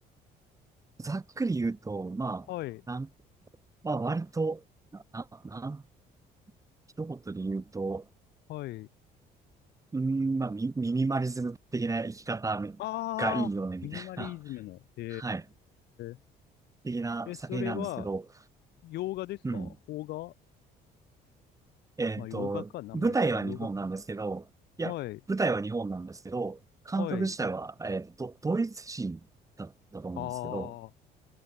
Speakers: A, on the right (about 20°); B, on the left (about 80°).
A: ざっくり言うと、まあ、
B: はい。
A: なん、まあ割と、な、な、なん一言で言うと、
B: はい。
A: うーん、まあミ、ミニマリズム的な生き方
B: あー、
A: がいいよね、みたいな、
B: ミニマリズムの。
A: <laughs>
B: へ
A: はい、
B: ー。
A: 的な作品なんですけど、
B: え、それは、洋画ですか邦画
A: うん。えっと、
B: まあ、洋画か、名前的に。
A: 舞台は日本なんですけど、
B: 洋画。
A: いや、
B: はい。
A: 舞台は日本なんですけど、監督自体は、
B: はい。
A: えっと、ドイツ人だったと思うんですけど、
B: あー。